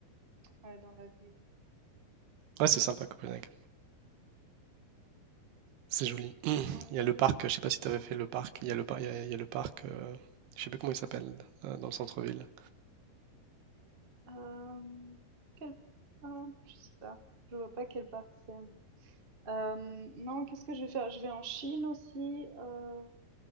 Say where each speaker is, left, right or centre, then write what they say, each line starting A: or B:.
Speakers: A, on the right (about 30°); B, on the right (about 80°).
A: ouais, dans la ville.
B: Ouais, c'est sympa Copenhague.
A: Voilà.
B: C'est joli. Il
A: Non,
B: y a le parc, je sais
A: qu'est-ce
B: pas si
A: que,
B: tu avais fait le parc, il y a le, par- il y a, il y a le parc, euh, je sais plus comment il s'appelle, euh, dans le centre-ville.
A: euh, quel, ah, je sais pas. Je vois pas quel parc c'est. mais- Hem, non, qu'est-ce que je vais faire? Je vais en Chine aussi, heu,